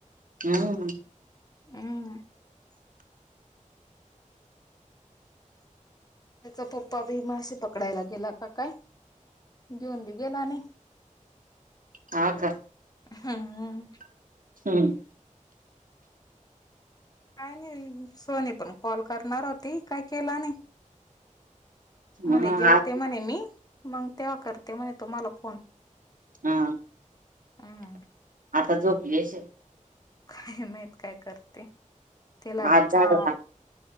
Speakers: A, on the right; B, on the left.
A: हम्.
B: उअ. हेचा पप्पा बी मासे पकडायला गेला का काय? घिऊन बी गेला नई.
A: हा का?
B: उहू हह.
A: हम्.
B: काय नाही, सोनी पण कॉल करणार होती, काय केला नई. म्हणे
A: हा
B: जेवते म्हणे मी मंग तेव्हा करते म्हणे तुम्हाला फोन
A: हा
B: हम्म
A: आता झोपली <unintelligible>
B: काय माहित काय करते, तिला बी
A: आज झाड
B: का